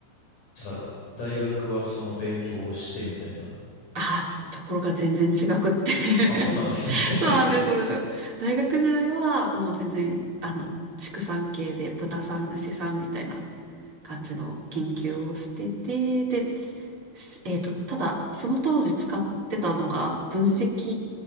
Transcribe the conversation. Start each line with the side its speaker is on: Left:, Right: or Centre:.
Left: じゃあ、大学はその勉強をしてみたいな。
Right: あ、ところが全然違くって
Left: あ、そうなんですね。
Right: <laughs>
Left: <laughs>
Right: そうなんです。大学時代はもう全然、あの、畜産系で豚さん、牛さんみたいな感じの研究をしてて、で、しえっと、ただ、その当時使ってたのが分析